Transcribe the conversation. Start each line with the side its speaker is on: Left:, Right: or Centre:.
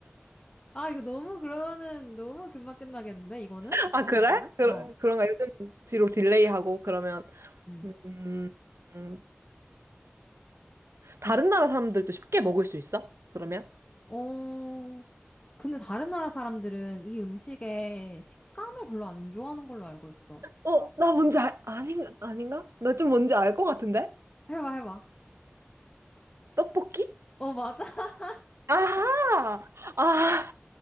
Left: 아, 이거 너무 그러면은, 너무 금방 끝나겠는데, 이거는?
Right: 아, 그래? 그래,
Left: 어,
Right: 그런가? 요즘 뒤로 딜레이하고 그러면
Left: 음.
Right: 음, 음, 다른 나라 사람들도 쉽게 먹을 수 있어? 그러면?
Left: 어, 근데 다른 나라 사람들은 이 음식의 식감을 별로 안 좋아하는 걸로 알고 있어.
Right: 어, 나 뭔지 알, 아닌가? 아닌가? 나 좀 뭔지 알 것 같은데?
Left: 해봐, 해봐.
Right: 떡볶이?
Left: 어, 맞아. <laughs>
Right: 아하! 아,